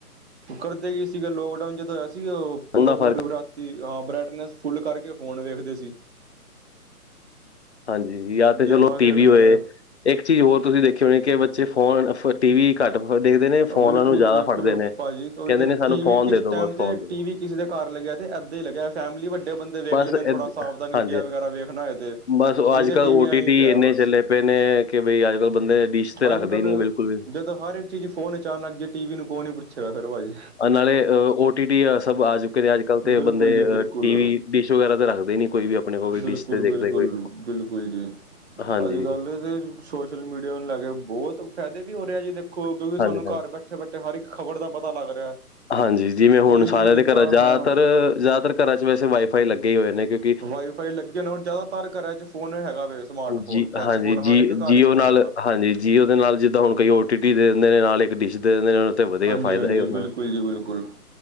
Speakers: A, on the right; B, on the left.
A: ਕਰਦੇ ਕੀ ਸੀਗੇ ਲੋਕਡਾਊਨ ਜਦੋਂ ਹੋਇਆ, ਸੀ ਉਹ ਪੂਰਾ
B: ਉਹਦਾ ਫਰਕ
A: ਪੂਰਾ ਰਾਤੀ ਹਾਂ ਬ੍ਰਈਟਨੈਸ ਫੁੱਲ ਕਰਕੇ ਫੋਨ ਵੇਖਦੇ ਸੀ।
B: ਹਾਂਜੀ, ਜਾਂ ਤਾਂ
A: ਗੇਮਾਂ
B: ਚਲੋ ਟੀ
A: ਖੇਡਦੇ
B: ਵੀ ਹੋਏ
A: ਨੇ
B: ਇੱਕ ਚੀਜ਼ ਹੋਰ ਤੁਸੀਂ ਦੇਖੀ ਹੋਣੀ ਕਿ ਬੱਚੇ ਫੋਨ ਫ ਟੀ ਵੀ ਘੱਟ ਦੇਖਦੇ ਨੇ ਫੋਨ
A: ਬਿਲਕੁਲ
B: ਨੂੰ ਜ਼ਿਆਦਾ
A: ਬਿਲਕੁਲ
B: ਫੜਦੇ ਨੇ
A: ਭਾਜੀ ਉਹੀ
B: ਕਹਿੰਦੇ
A: ਤਾਂ
B: ਨੇ ਸਾਨੂੰ
A: ਟੀਵੀ
B: ਫੋਨ ਦੇ
A: ਇਸ
B: ਦੋ
A: ਟਾਈਮ
B: ਬਸ
A: ਤੇ
B: ਫੋਨ ਦੋ।
A: ਟੀਵੀ ਕਿਸੇ ਦੇ ਘਰ ਲੱਗਿਆ ਅਤੇ ਏਦਾਂ ਈ ਲੱਗਿਆ ਫੈਮਲੀ ਵੱਡੇ ਬੰਦੇ ਵੇਖ
B: ਬਸ
A: ਲੈਂਦੇ ਥੋੜ੍ਹਾ
B: ਏਦ-
A: ਸਾਵਧਾਨ ਇੰਡੀਆ
B: ਹਾਂਜੀ
A: ਵਗੈਰਾ ਵੇਖਣਾ ਹੋਏ ਤੇ।
B: ਬਸ
A: ਨਹੀਂ
B: ਅੱਜ
A: ਤੇ
B: ਕੱਲ
A: ਟੀਵੀ
B: ਓ
A: ਐਵੇਂ
B: ਟੀ
A: ਹੀ
B: ਟੀ
A: ਪਿਆ
B: ਇੰਨੇ
A: ਬਸ
B: ਚੱਲੇ ਪਏ ਨੇ ਕਿ ਬਈ ਅੱਜ ਕੱਲ ਬੰਦੇ ਡਿਸ਼ ਤੇ ਰੱਖਦੇ
A: ਅੱਜ ਕੱਲ੍ਹ
B: ਈ ਨੀ ਬਿਲਕੁਲ ਵੀ।
A: ਜਦੋਂ ਹਰ ਇੱਕ ਚੀਜ਼ ਫੋਨ ਵਿੱਚ ਆਣ ਲੱਗ ਗਈ ਫਿਰ ਟੀਵੀ ਵੀ ਨੂੰ ਕੌਣ ਨੀ ਪੁੱਛਗਾ ਫਿਰਾ ਭਾਜੀ।
B: ਨਾਲੇ ਓ ਟੀ ਟੀ ਸਭ ਆ ਚੁੱਕੇ ਨੇ ਅੱਜ ਕੱਲ੍ਹ ਤੇ
A: ਬਿਲਕੁਲ
B: ਬੰਦੇ
A: ਜੀ ਬਿਲਕੁਲ
B: ਟੀ ਵੀ ਡਿਸ਼ ਵਗੈਰਾ ਤੇ ਰੱਖਦੇ ਨੀ ਕੋਈ ਵੀ। ਆਪਣੇ ਕੋਲ ਵੀ
A: ਬਿਲਕੁਲ
B: ਡਿਸ਼ ਤੇ ਦੇਖਦੇ
A: ਬਿਲਕੁਲ
B: ਕੋਈ ਨਹੀਂ।
A: ਬਿਲਕੁਲ ਜੀ,
B: ਹਾਂਜੀ
A: ਅੱਜ ਕੱਲ ਇਹ ਤੇ ਸੋਸ਼ਲ ਮੀਡੀਆ ਨੂੰ ਲੈ ਕੇ ਬਹੁਤ ਫਾਇਦੇ ਵੀ ਹੋ ਰਹੇ ਆ ਜੀ ਦੇਖੋ ਕਿਉਂਕਿ
B: ਹਾਂਜੀ
A: ਸਾਨੂੰ
B: ਹਾਂਜੀ
A: ਘਰ ਬੈਠੇ ਇੱਥੇ ਬੈਠੇ ਹਰ ਇੱਕ ਖ਼ਬਰ ਦਾ ਪਤਾ ਲੱਗ ਰਿਹਾ।
B: ਹਾਂਜੀ, ਜਿਵੇਂ ਹੁਣ
A: ਕੋਈ
B: ਸਾਰਿਆਂ
A: ਵੀ ਜਿੱਦਾਂ
B: ਦੇ ਘਰਾਂ ਜ਼ਿਆਦਾਤਰ
A: ਹਾਂ
B: ਜ਼ਿਆਦਾਤਰ ਘਰਾਂ ਚ ਵੈਸੇ ਵਾਈਫਾਈ ਲੱਗੇ ਹੀ ਹੋਏ ਨੇ ਕਿਉਂਕ
A: ਵਾਈਫਾਈ ਲੱਗੇ ਨੇ ਜ਼ਿਆਦਾਤਰ ਘਰਾਂ ਚ ਫੋਨ ਹੈਗਾ ਵੈ ਸਮਾਰਟਫੋਨ
B: ਜੀ
A: ਟੱਚ
B: ਹਾਂਜੀ,
A: ਫੋਨ
B: ਜੀ
A: ਹਰ ਇੱਕ ਘਰ
B: ਜੀਓ
A: 'ਚ ਮਿਲੇਗਾ।
B: ਨਾਲ ਹਾਂਜੀ ਜੀਓ ਦੇ ਨਾਲ ਜਿੱਦਾਂ ਹੁਣ ਕਈ ਓ ਟੀ ਟੀ ਦੇ ਦਿੰਦੇ ਨੇ ਨਾਲ ਇੱਕ ਡਿਸ਼ ਦੇ ਦਿੰਦੇ ਨੇ। ਤੇ ਵਧੀਆ
A: ਹਾਂਜੀ
B: ਫਾਇਦਾ
A: ਹਾਂਜੀ,
B: ਹੀ ਉਹਨਾਂ
A: ਬਿਲਕੁਲ
B: ਦਾ।
A: ਜੀ ਬਿਲਕੁਲ।